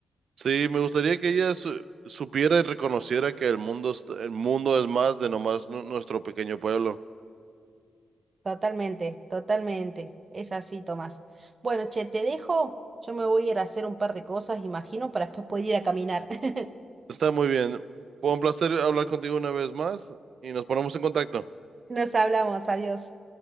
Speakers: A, on the right; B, on the right.
A: Sí, me gustaría que ella su- supiera y reconociera que el mundo, est- el mundo es más de nomás nu- nuestro pequeño pueblo.
B: Totalmente, totalmente. Es así, Tomás. Bueno, che, te dejo. Yo me voy a ir a hacer un par de cosas, imagino, para después poder ir a caminar. <laughs>
A: Está muy bien. Fue un placer hablar contigo una vez más y nos ponemos en contacto.
B: Nos hablamos, adiós.